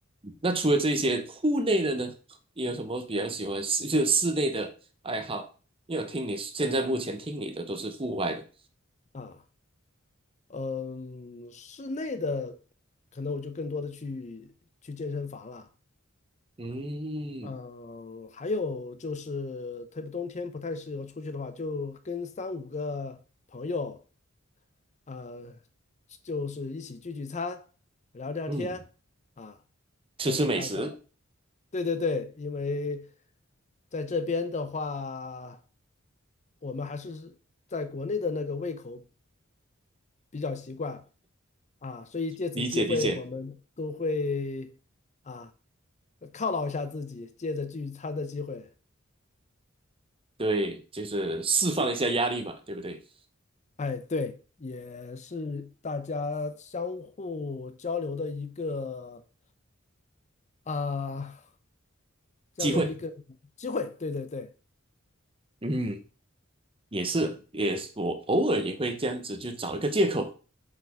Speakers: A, on the right (about 25°); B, on the left (about 35°).
A: 那除了这些户内的呢，你有什么比较喜欢室就是室内的爱好？因为我听你现在目前听你的都是户外的，
B: 啊。嗯，室内的可能我就更多的去去健身房了。
A: 嗯
B: 嗯，还有就是，特别冬天不太适合出去的话，就跟三五个朋友，呃，就是一起聚聚餐，聊聊天啊，
A: 嗯，吃吃美食，
B: 看看大家。对对对，因为在这边的话，我们还是在国内的那个胃口比较习惯啊，所以借此机会，
A: 理解理解，
B: 我们都会啊犒劳一下自己，借着聚餐的机会。
A: 对，就是释放一下压力嘛，对不对？
B: 哎，对，也是大家相互交流的一个啊、这样的一个机会。
A: 机会，
B: 对对对
A: 嗯，也是也是，我偶尔也会这样子，就找一个借口，